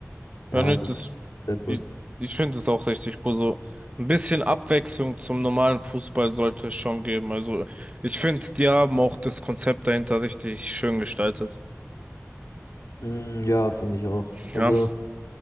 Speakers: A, on the left; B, on the right.
A: Ja,
B: Ja, nee,
A: das
B: das,
A: ist sehr
B: ich,
A: cool.
B: ich finde es auch richtig cool. So ein bisschen Abwechslung zum normalen Fußball sollte es schon geben. Also ich finde, die haben auch das Konzept dahinter richtig schön gestaltet.
A: Mm, ja, finde ich auch. Also,
B: Ja.